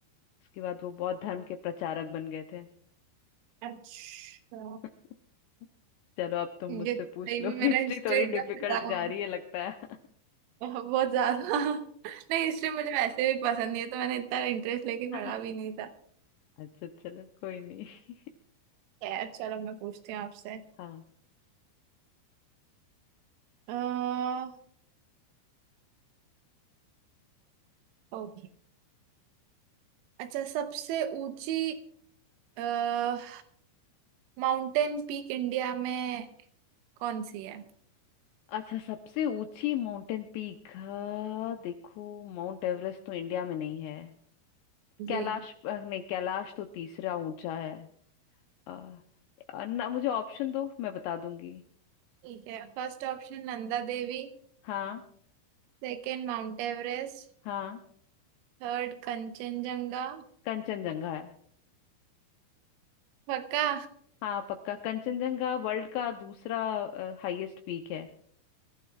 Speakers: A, on the left; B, on the right.
A: उसके बाद वो बौद्ध धर्म के प्रचारक बन गए थे
B: अच्छा
A: <laughs> चलो अब तुम
B: ये
A: मुझसे
B: सही
A: पूछ लो
B: में
A: <laughs> हिस्ट्री
B: मेरा हिस्ट्री
A: थोड़ी
B: एकदम
A: डिफिकल्ट
B: खराब
A: जा रही है लगता है
B: बहुत ज्यादा <laughs> नहीं हिस्ट्री मुझे वैसे भी पसंद नहीं है तो मैंने इतना इंटरेस्ट लेके
A: <laughs>
B: पढ़ा भी नहीं था
A: अच्छा चलो कोई नहीं
B: खैर चलो मैं पूछती हूँ आपसे
A: <laughs> हाँ
B: अह ओके अच्छा सबसे ऊंची अह माउंटेन पीक इंडिया में कौन सी है
A: अच्छा सबसे ऊंची माउंटेन पीक देखो माउंट एवरेस्ट तो इंडिया में नहीं है
B: जी
A: कैलाश अ, नहीं कैलाश तो तीसरा ऊंचा है आ, आ, ना मुझे ऑप्शन दो मैं बता दूंगी
B: ठीक है first option Nanda Devi
A: हाँ
B: second Mount Everest
A: हाँ
B: third Kanchenjunga
A: कंचनजंगा है
B: पक्का
A: हाँ पक्का कंचनजंगा वर्ल्ड का दूसरा हाईएस्ट पीक है